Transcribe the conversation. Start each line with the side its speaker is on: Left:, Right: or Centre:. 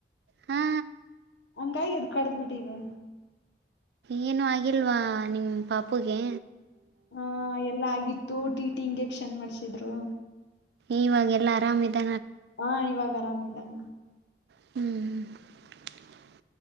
Right: ಹಾ
Left: ಹಂಗಾಗಿ ಎದ್ ಕಡ್ದ್ ಬಿಟ್ಟೀವಿ
Right: ಏನು ಆಗಿಲ್ವಾ ನಿಮ ಪಾಪುಗೆ
Left: ಹಾ ಎಲ್ಲಾ ಆಗಿತ್ತು ಟಿ ಟಿ ಇಂಜೆಕ್ಷನ್ ಮಾಡ್ಸಿದ್ರು
Right: ಇವಾಗೆಲ್ಲಾ ಆರಾಮ್ ಇದ
Left: ಹಾ ಇವಾಗ ಆರಾಮ್ದಾನೆ
Right: ಹ್ಮ್